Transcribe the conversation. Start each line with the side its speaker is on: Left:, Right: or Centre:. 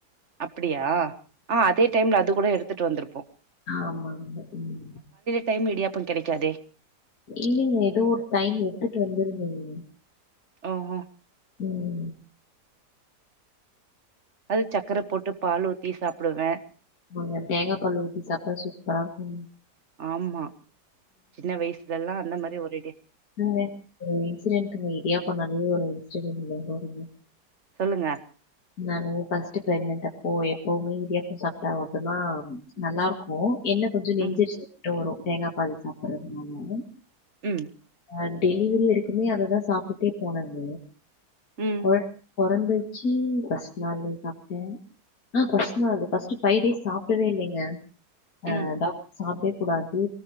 Right: அப்டியா ஆ அதே டைம்ல அது கூடோ எடுத்துட்டு வந்திருப்போ
Left: ஆமாங்க ம்க்கும்
Right: டைம் இடியாப்பம் கெடைக்காதே
Left: இல்லீங்க ஏதோ ஒரு டைம் எடுத்துட்டு வந்திருந்தீங்க
Right: ஓஹோ
Left: ம்
Right: அது சக்கரை போட்டு பால் ஊத்தி சாப்புடுவே
Left: ஆமாங்க தேங்கா பால் ஊத்தி சாப்டா சூப்பரா இருக்கு
Right: ஆம்மா சின்ன வயசுலெல்லா அந்த மாரி ஒரடியே
Left: ஆமாங்க ஒரு இன்சிடென்ட்டுங்க இடியாப்பண்ணாலே ஒரு இன்சிடென்ட் <unintelligible>
Right: சொல்லுங்க
Left: நானு ஃபர்ஸ்ட்டு ப்ரெக்னெண்ட் அப்போ எப்பவுமே இடியாப்போ சாப்ட்டா மட்டுந்தா நல்லாருக்கு என்ன கொஞ்சோ நெஞ்செரிச்சல்
Right: ம்.
Left: மட்டு வரு தேங்கா பால் சாப்பற்த்னால
Right: ம்
Left: ஆ டெலிவரி வரைக்குமே அததா சாப்டுட்டே போனங்க
Right: ம்.
Left: கொழ பொறந்துச்சி பஸ்ட் நாளே சாப்ட்டே ஆ ஃபர்ஸ்ட் நாள் ஃபர்ஸ்ட் ஃபைவ் டேஸ் சாப்பிடவே இல்லைங்க ஆ
Right: ம்.
Left: டாக்டர் சாப்டே கூடாது